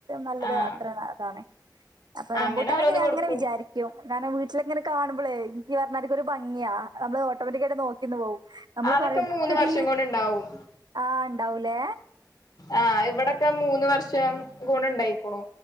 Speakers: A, on the right; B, on the left.
A: നല്ലതേ
B: ആഹ്
A: അണെ അപ്പ റംബൂട്ടാനെക്കെ
B: അങ്ങനെ ഓരോന്ന്
A: നാ
B: കൊടുക്കും
A: ഇങ്ങനെ വിചാരിക്കും ഞാന വീട്ടിലങ്ങനെ കാണുമ്പോളേ എനിക്ക് പറഞ്ഞാർക്കൊ ഒരു ഭംഗിയാ നമ്മള് ഓട്ടോമാറ്റികായിട്ട് നോക്കിന്ന് പോവും നമ്മള്
B: അതൊക്കെ
A: പറയും നോക്കടി
B: മൂന്ന് വർഷം കൊണ്ടുണ്ടാവും
A: ആഹ് ഇണ്ടാവൂലേ
B: ആ ഇവിടെ ഇക്ക മൂന്ന് വർഷം കൊണ്ട ഉണ്ടായിക്കണു